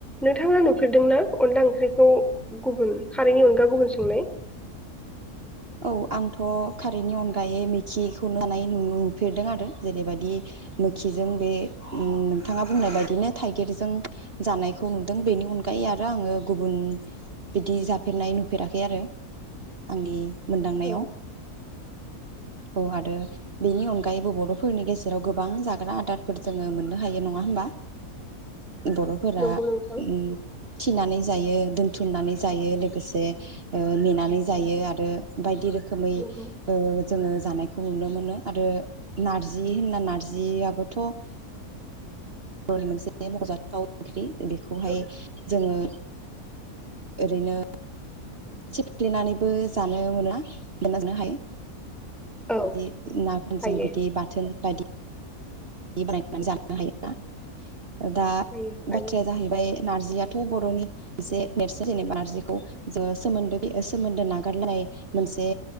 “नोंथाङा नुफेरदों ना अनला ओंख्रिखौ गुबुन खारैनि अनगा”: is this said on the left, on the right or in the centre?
Centre